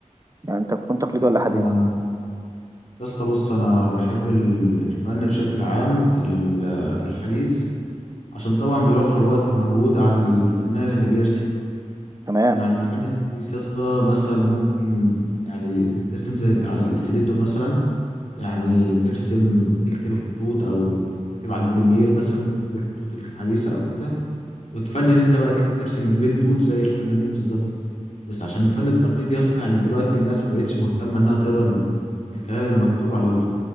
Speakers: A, on the right (about 25°); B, on the left (about 65°).
A: يعني انت تكون تقليدي
B: اكيد
A: ولا حديث
B: طبعا يا اسطى بص انا بحب ال- الفن بشكل عام ال- الحديث عشان طبعا بيوفر وقت ومجهود على الفنان اللي بيرسم
A: تمام
B: يعني الفن الحديث يا اسطى مثلا ممكن يعني ترسم زي ال- على الاستريتور مثلا يعني ترسم تكتب الخطوط او تكتب على البريمير مثلا تكتب الخطوط الحديثة او كده وتفنن انت بقى تكتب ترسم البين تول زي الفنانين بالظبط بس عشان الفن التقليدي يا اسطى يعني دلوقتي الناس ما بقتش مهتمة انها تقرا ال- الكلام اللي مكتوب على ال-